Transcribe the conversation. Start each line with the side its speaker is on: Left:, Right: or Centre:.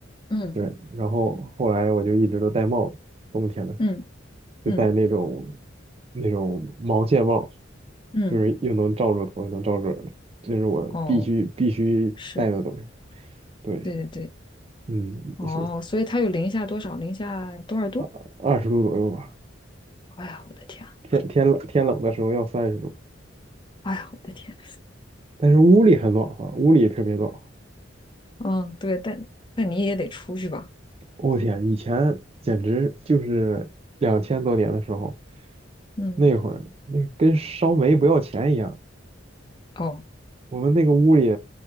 Left: 嗯
Right: 对，然后后来我就一直都戴帽子，冬天的时候
Left: 嗯
Right: 就戴那种
Left: 嗯
Right: 那种毛线帽，
Left: 嗯，
Right: 就是又能罩住头，又能罩住耳朵，这是我必须必须戴的东西。
Left: 哦，是，
Right: 对，
Left: 对对对，
Right: 嗯，
Left: 哦，
Right: 是
Left: 所以它有零下多少？零下多少度？
Right: 二二十度左右吧，
Left: 哎呀，我的天啊
Right: 天天冷天冷的时候要三十度，
Left: 哎呀，我的天！
Right: 但是屋里很暖和，屋里特别暖和。
Left: 嗯，对，但但你也得出去吧？
Right: 我天，以前简直就是两千多年的时候，
Left: 嗯，
Right: 那会儿那跟烧煤不要钱一样，
Left: 哦，
Right: 我们那个屋里。